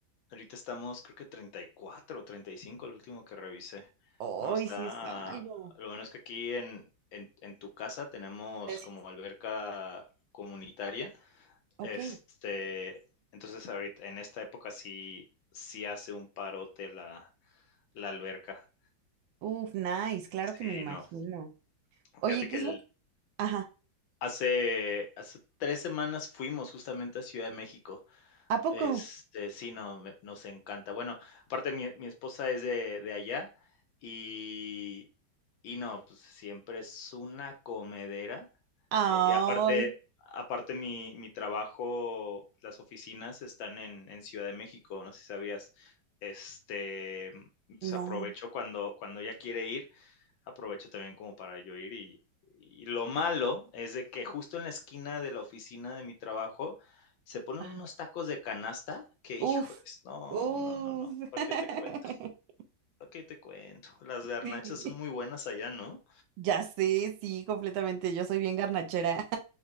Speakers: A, on the left (about 75°); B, on the right (about 85°).
A: ahorita estamos, creo que 34 o cinco, el último que revisé.
B: Hoy
A: No, está
B: sí es algo.
A: lo bueno es que aquí en en en tu casa tenemos
B: Gracias.
A: como alberca comunitaria,
B: Ok.
A: este, entonces, ahorita en esta época sí sí hace un parote la la alberca.
B: Uf, nice, claro
A: Sí,
B: que me imagino.
A: no.
B: Oye,
A: Fíjate
B: ¿qué
A: que
B: es
A: el
B: lo que- Ajá,
A: hace hace 3 semanas fuimos justamente a Ciudad de México.
B: ¿a poco?
A: Este, sí, no, me nos encanta. Bueno, aparte mi mi esposa es de de allá y y no, pues, siempre es una comedera,
B: Ay,
A: eh, y aparte aparte mi mi trabajo, las oficinas están en en Ciudad de México, no sé si sabías. Este, pues,
B: no.
A: aprovecho cuando cuando ella quiere ir, aprovecho también como para yo ir y, y lo malo es de que justo en la esquina de la oficina de mi trabajo se ponen
B: Ajá.
A: unos tacos de canasta que,
B: Uf,
A: híjoles, no,
B: uf.
A: no, no, no, ¿para
B: <laughs>
A: qué te cuento? ¿Para qué te cuento? Las garnachas
B: Sí,
A: son muy buenas allá, ¿no?
B: ya sé, sí, completamente. Yo soy bien garnachera.